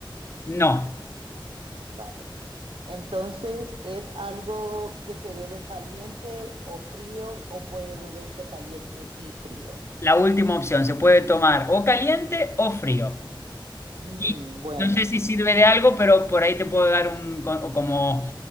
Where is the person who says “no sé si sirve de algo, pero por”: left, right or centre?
Left